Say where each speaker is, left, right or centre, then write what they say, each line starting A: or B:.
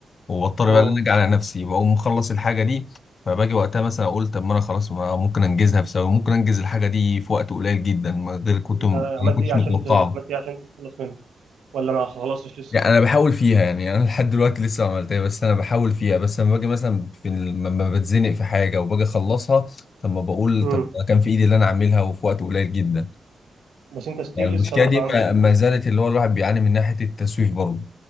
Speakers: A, on the left; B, on the right.
A: واضطر
B: اه
A: بقى ان ارجع على نفسي بقوم مخلص الحاجه دي فباجي وقتها مثلا اقول طب ما انا خلاص ما ممكن انجزها في ثواني ممكن انجز الحاجه دي في وقت قليل جدا ما غير كنت
B: انت
A: ما
B: عملت
A: كنتش
B: ايه عشان
A: متوقعه
B: ت... عملت ايه عشان تتخلص منها ولا ما خلصتش لسه
A: يعني انا بحاول فيها يعني انا لحد دلوقتي لسه ما عملتها بس انا بحاول فيها بس لما باجي مثلا في ال- لما بتزنق في حاجه وباجي اخلصها طب ما بقول
B: امم
A: طب ما كان في ايدي اللي انا اعملها وفي وقت قليل جدا
B: بس انت ستيل
A: يعني المشكله
B: لسه برضه
A: دي
B: عندك
A: ما
B: نفسك
A: ما زالت اللي هو الواحد بيعاني من ناحيه التسويف برضه